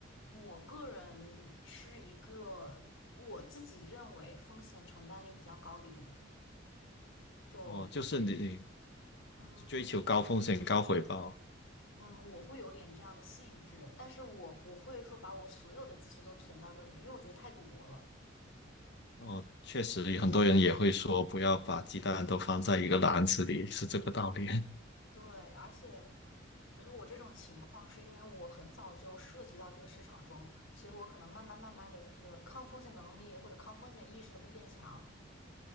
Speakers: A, on the left; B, on the left.
A: 我个人是一个我自己认为风险承担力比较高的一个人，就
B: 哦，就是你
A: 嗯
B: 追求高风险高回报。
A: 嗯，我会有点这样的性质，但是我不会说把我所有的积蓄都存到这里面，因为我觉得太赌博了。
B: 哦，确实很多人也会说不要把鸡蛋都放在一个篮子里，是这个道理。
A: 对，而且我觉得我这种情况是因为我很早就涉及到这个市场中，所以我可能慢慢慢慢的就是抗风险能力或者抗风险意识都会变强。